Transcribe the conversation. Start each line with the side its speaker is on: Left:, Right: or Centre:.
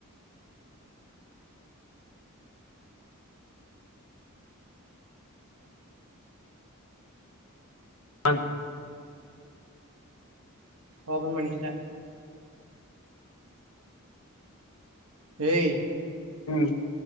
Left: அன் <inaudible>
Right: ஓபன் பண்ணிகிட்டே ஏய்
Left: ம்